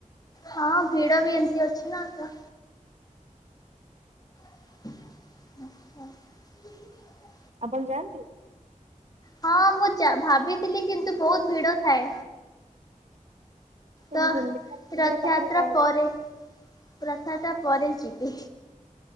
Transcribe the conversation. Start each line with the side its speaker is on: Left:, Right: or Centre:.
Left: ହଁ ଭିଡ ବି ଏମତି ଅଛି ନା ତ। ଆଛା <unintelligible>
Right: ଆପଣ ଯାଆନ୍ତି।
Left: ହଁ ମୁଁ ଭାବିଥିଲି କିନ୍ତୁ ବହୁତ ଭିଡ ଥାଏ।
Right: ସେ
Left: ତ
Right: ଗୁଣ୍ଡିଚା ମନ୍ଦିର
Left: ରଥଯାତ୍ରା
Right: ପାଖରେ ରହିଲେ
Left: ପରେ‌। ରଥଯାତ୍ରା ପରେ ଯିବି।